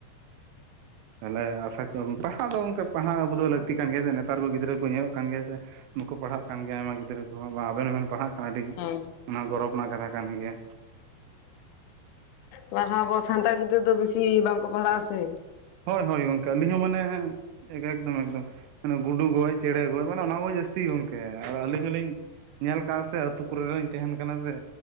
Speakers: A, on the right (about 80°); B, on the left (about 85°).
A: ᱛᱟᱦᱚᱞᱮ ᱟᱥᱟ ᱠᱚ ᱯᱟᱲᱦᱟᱜ ᱫᱚ ᱜᱚᱝᱠᱮ ᱯᱟᱲᱦᱟᱣ ᱟᱵᱩ ᱫᱚ ᱞᱟᱹᱠᱛᱤ ᱠᱟᱱ ᱜᱮᱭᱟ ᱥᱮ ᱱᱮᱛᱟᱨ ᱠᱚ ᱜᱤᱫᱽᱨᱟᱹ ᱠᱚ ᱧᱮᱞᱚᱜ ᱠᱟᱱ ᱜᱮᱭᱟ ᱥᱮ ᱵᱟᱠᱩ ᱯᱟᱲᱦᱟᱜ ᱠᱟᱱ ᱜᱮᱭᱟ ᱟᱭᱢᱟ ᱜᱤᱫᱽᱨᱟᱹ ᱠᱚᱦᱚᱸ ᱵᱟᱝ ᱟᱵᱮᱱ ᱦᱚᱸᱵᱮᱱ ᱯᱟᱲᱦᱟᱜ ᱠᱟᱱᱟ ᱟᱹᱰᱤ
B: ᱦᱮᱸ
A: ᱚᱱᱟ ᱜᱚᱨᱚᱵᱽ ᱨᱮᱱᱟᱜ ᱠᱟᱛᱷᱟ ᱠᱟᱱ ᱜᱮᱭᱟ
B: ᱦᱩᱸ ᱟᱵᱚ ᱥᱟᱱᱛᱟᱲ ᱜᱤᱫᱽᱨᱟᱹ ᱫᱚ ᱵᱮᱥᱤ ᱵᱟᱝᱠᱚ ᱯᱟᱲᱦᱟᱜ ᱟᱥᱮ
A: ᱦᱳᱭ ᱦᱳᱭ ᱜᱚᱝᱠᱮ ᱟᱹᱞᱤᱧ ᱦᱚᱸ ᱢᱟᱱᱮ ᱮᱠᱫᱚᱢ ᱮᱠᱫᱚᱢ ᱜᱩᱰᱩ ᱜᱚᱡ ᱪᱮᱸᱬᱮ ᱜᱚᱡ ᱢᱟᱱᱮ ᱚᱱᱟ ᱠᱚ ᱡᱟᱹᱥᱛᱤ ᱜᱚᱝᱠᱮ ᱟᱨ ᱟᱹᱞᱤᱧ ᱦᱚᱞᱤᱧ ᱧᱮᱞ ᱠᱟᱜᱼᱟ ᱥᱮ ᱟᱹᱛᱩ ᱠᱚᱨᱮ ᱦᱚᱧ ᱛᱟᱦᱮᱱ ᱠᱟᱱᱟ ᱥᱮ